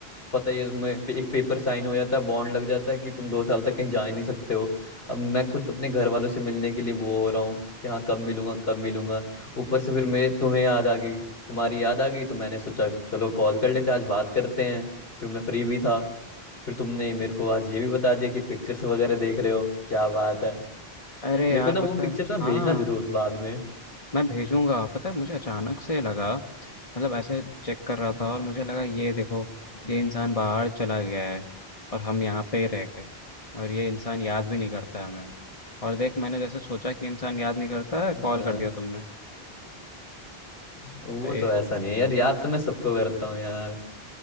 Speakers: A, on the left; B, on the left.
A: पता ही है तुम्हें पे- एक पेपर साइन हो जाता है बॉन्ड लग जाता है कि तुम दो साल तक कहीं जा ही नहीं सकते हो अब मैं खुद अपने घर वालों से मिलने के लिए वो हो रहा हूँ कि हाँ कब मिलूंगा कब मिलूंगा ऊपर से फिर मैं तुम्हें याद आ गई तुम्हारी याद आ गई तो मैंने सोचा चलो कॉल कर लेते हैं, आज बात करते हैं क्यों मैं फ्री भी था फिर तुमने मेरे को आज ये भी बता दिया कि पिक्चर्स वगैरह देख रहे हो क्या बात है
B: अरे
A: मेरे
B: यार
A: को ना वो
B: पता
A: पिक्चर
B: है
A: ना
B: हाँ
A: भेजना जरूर बाद में
B: मैं भेजूंगा पता है मुझे अचानक से लगा मतलब ऐसे चेक कर रहा
A: हम्म,
B: था और मुझे लगा ये देखो
A: हम्म,
B: ये इंसान बाहर चला गया है और हम यहाँ पे ही रह गए और ये इंसान याद भी नहीं करता हमें और देख मैंने जैसे सोचा कि इंसान याद नहीं करता कॉल
A: हाँ,
B: कर दिया तुमने
A: वो
B: तो ए,
A: तो ऐसा नहीं है यार याद तो मैं सबको करता हूँ यार